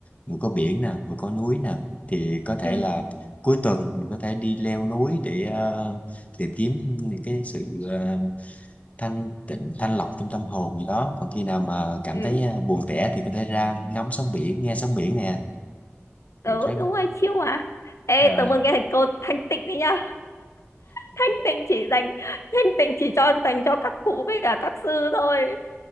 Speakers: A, on the left; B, on the left.
A: vừa có biển nè vừa có núi nè thì có thể
B: ừ
A: là cuối tuần mình có thể đi leo núi để ờ, tìm kiếm những cái sự ờ, thanh tịnh thanh lọc trong tâm hồn gì đó còn khi nào mà cảm
B: ừ
A: thấy à, buồn tẻ thì có thể ra ngắm sóng biển nghe sóng biển nè
B: ừ
A: thì rất
B: đúng rồi chiêu mà ê
A: Ờ,
B: tớ vừa nghe thành cô thanh tịnh đấy nhá thanh tịnh chỉ dành thanh tịnh chỉ cho dành cho các cụ với cả các sư thôi